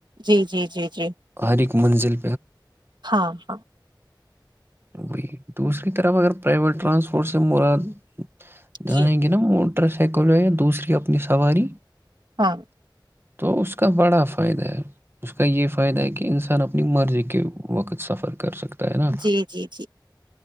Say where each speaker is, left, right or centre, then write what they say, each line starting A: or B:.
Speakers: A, on the right; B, on the right.
A: جی جی جی جی
B: ہر ایک منزل
A: ہاں ہاں
B: ای دوسری طرف اگر پریویٹ ٹرانسپورٹ سے مراد جانیں
A: جی
B: گ نا موٹر سائیکل جو یا دوسری اپنی سواری
A: ہاں
B: تو اس کا بڑا فائدہ ہے اس کا یہ فائدہ ہے کہ انسان اپنی مرضی کے وقت سفر کر سکتا ہے نا
A: جی جی جی